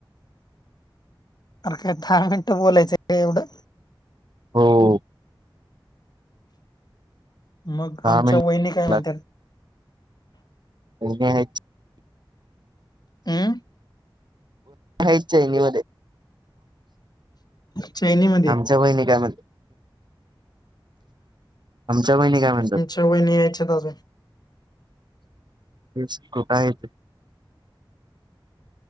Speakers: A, on the left (about 50°); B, on the right (about 60°).
A: अर काय दहा मिनिटं बोलायचं एवढं?
B: हो.
A: मगं,
B: दहा
A: आमच्या
B: मिनिट
A: वैहिनी कायं म्हणत्यांत?
B: वाहिनी आहेत
A: हम्म
B: हायत चैनी मध्ये.
A: चैनी मंध्ये.
B: आमच्या वाहिनी कांय म्हणत्यात? आमच्या वहिनी कायं म्हणतात?
A: आमच्या वहिनी यायच्यात अजून
B: तेच कुठं हायेत.